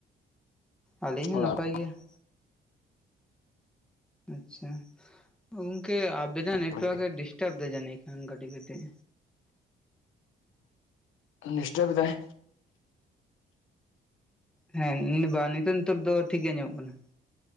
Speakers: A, in the centre; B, on the left (about 80°).
A: ᱟᱹᱞᱤᱧ ᱦᱚᱸ
B: ᱚᱲᱟᱜ
A: ᱱᱟᱯᱟᱭ ᱜᱮᱭᱟ ᱾ ᱟᱪᱪᱷᱟ ᱜᱚᱝᱠᱮ ᱟᱵᱤᱱᱟᱜ ᱱᱮᱴᱣᱟᱨᱠ
B: ᱠᱚᱨᱮ
A: ᱮ ᱰᱤᱥᱴᱟᱵ ᱫᱟ ᱡᱟᱹᱱᱤᱡ ᱠᱷᱟᱱ ᱠᱟᱹᱴᱤᱜ ᱠᱟᱹᱴᱤᱜ
B: ᱰᱤᱥᱴᱟᱵ ᱫᱟᱭ
A: ᱦᱮᱸ ᱵᱟᱝ ᱱᱤᱛᱚᱜ ᱱᱤᱛᱚᱜ ᱫᱚ ᱴᱷᱤᱠ ᱜᱮ ᱟᱡᱚᱢᱚᱜ ᱠᱟᱱᱟ ᱾